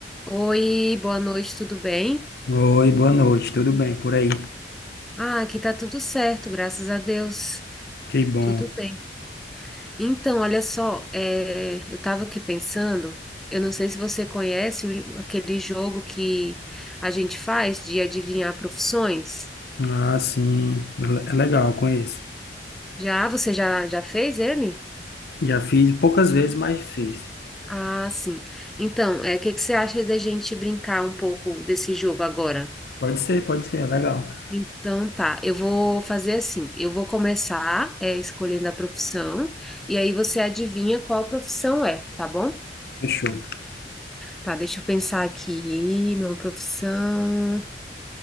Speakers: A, in the centre; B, on the left.
A: Oi, boa noite, tudo bem?
B: Oi, boa noite, tudo bem por aí?
A: Ah, aqui tá tudo certo, graças a Deus.
B: Que bom.
A: Tudo bem. Então, olha só, é, eu tava aqui pensando, eu não sei se você conhece o- aquele jogo que a gente faz de adivinhar profissões.
B: Ah, sim, le- é legal, conheço.
A: Já, você já, já fez ele?
B: Já fiz poucas vezes, mas fiz.
A: Ah, sim. Então, é, o que que você acha da gente brincar um pouco desse jogo agora?
B: Pode ser, pode ser, é legal.
A: Então tá, eu vou fazer assim, eu vou começar é, escolhendo a profissão e aí você adivinha qual profissão é, tá bom?
B: Fechou.
A: Tá, deixa eu pensar aqui numa profissão.